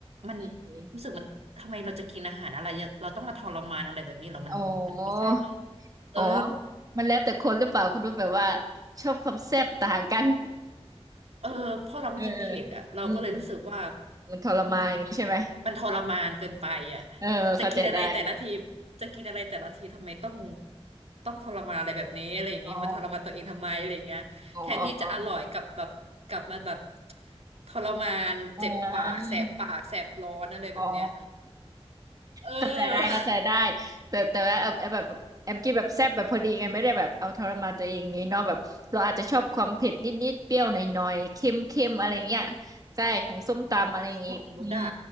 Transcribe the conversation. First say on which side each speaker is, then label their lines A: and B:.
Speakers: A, on the right; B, on the right.
A: มัน
B: อืม
A: รู้สึกมันทำไมเราจะกินอาหารอะไรเราต้องมาทรมานอะไรแบบนี้เหรอมันมันไม่ใช่มั้ง
B: อ๋อ
A: เออ
B: อ๋อมันแล้วแต่คนหรือเปล่าคุณว่าแบบว่าชอบความแซ่บต่างกัน
A: เออพอเราไม่กินเผ็ดอ่ะเราก็เลยรู้สึกว่า
B: <laughs> เออเอออืมมันทรมานอย่างนี้ใช่ไหม
A: อืมมันทรมานเกินไปอ่ะ
B: เออเข้าใจได้
A: จะกินอะไรแต่ละทีจะกินอะไรแต่ละทีทำไมต้องต้องทรมานอะไรแบบนี้อะไรอย่างงี้มาทรมานตัวเองทำไมอะไรอย่างเงี้ยแทนที่จะอร่อยกลับแบบกลับมาแบบ
B: อ๋ออ๋อ
A: ทรมานเจ็บปากแสบปากแสบร้อนอะไรแบบเนี้ย
B: อ๋ออ๋อ <laughs> อ๋อ
A: เออ
B: เข้าใจได้เข้าใจได้แต่แต่ว่าเออเออแบบแอมกินแบบแซ่บแบบพอดีไงไม่ได้แบบเอาทรมานตัวเองงี้เนาะแบบเราอาจจะชอบความเผ็ดนิดๆเปรี้ยวหน่อยๆเค็มเค็มอะไรเงี้ยใช่ของส้มตำอะไรอย่างงี้อืม
A: ของนุชอะ